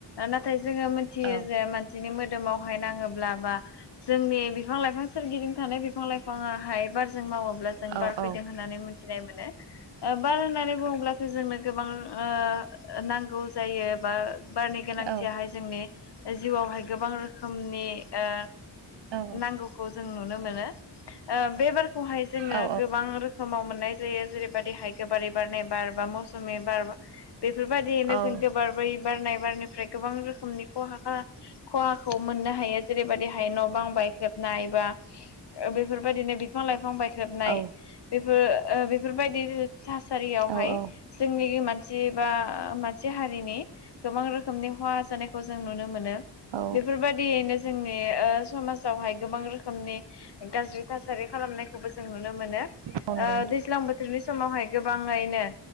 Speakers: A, on the left (about 65°); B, on the right (about 75°).
A: नाथाय जोङो मिथियो
B: औ
A: जे मानसिनि मोदोमावहाय नाङोब्ला बा जोंनि बिफां लाइफां सोरगिदिं थानाय बिफां लाइफाङा हाय बार जों मावोब्ला जों
B: औ
A: बार
B: औ
A: फैदों होननानै मिथिनाय मोनो। बार होननानै बुङोब्ला जोंनो गोबां ओ नांगौ जायो बा बारनि गोनांथियाहाय
B: औ
A: जोंनि जिउआवहाय गोबां रोखोमनि ओ
B: औ
A: नांगौखौ जों नुनो मोनो। ओ बे बारखौहाय जोङो
B: औ
A: गोबां रो खोमाव मोननाय जायो जेरैबायदिहाय गोबारै बारनाय बार, बा मौसुमि बार बेफोरबायदियैनो
B: औ औ
A: जों गोबार बै बारनाय बारनिफ्राय गोबां रोखोमनि खहाखा खहाखौ मोननो हायो जेरैबायदिहाय न' बां बायख्रेबनाय बा ओ बेफोरबायदिनो बिफां लाइफां बायख्रेरनाय
B: औ
A: बेफोर ओ बेफोरबायदि थासारियावहाय
B: औ औ
A: जोंनि मानसि बा मानसि हारिनि गोबां रोखोमनि खहा जानाय खौ जों नुनो मोनो।
B: औ।
A: बेफोरबायदियैनो जोंनि ओ समाजावहाय गोबां रोखोमनि गाज्रि थासारि खालामनायखौबो जों नुनो मोनो
B: औ नंगौ
A: ओ दैज्लां बोथोरनि समावहाय गोबाङैनो